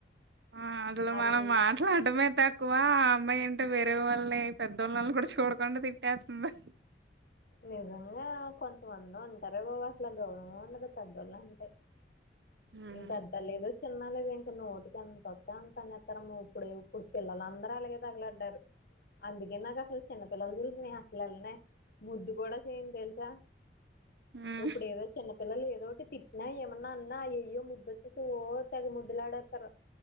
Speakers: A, on the right; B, on the left.
A: ఆ అందులో
B: అని
A: మనం మా ట్టడమే తక్కువ ఆ అమ్మాయి అంటే వేరే వాళ్ళ పెద్దోళ్ళనీ అని చూడకుండా తిట్టెతుంది
B: నిజంగా కొంతమంది ఉంటారే బాబు అసలు గౌరవం ఉండదు పెద్దోళ్ళు అంటే
A: హ్మ్
B: ఇంకా పెద్ద లేదు చిన్న లేదు ఇంక నోటికి ఎంత అత్తే అంత అనేత్తరమ్మ ఇప్పుడు ఇప్పుడు పిల్లల అందరు అలాగే తగులడ్డారు అందుకే నాకు అసలు చిన్నపిల్లలు జోలికి నేను అసలు ఎల్లనే ముద్దు కూడా చేయను తెలుసా
A: హ్మ్.
B: ఇప్పుడు ఏదో చిన్నపిల్లలు ఏదోటి తిట్టిన ఏమన్నా అన్నా అయ్యో ముద్దుచ్చేసి ఓ తెగ ముద్దులాడెత్తారు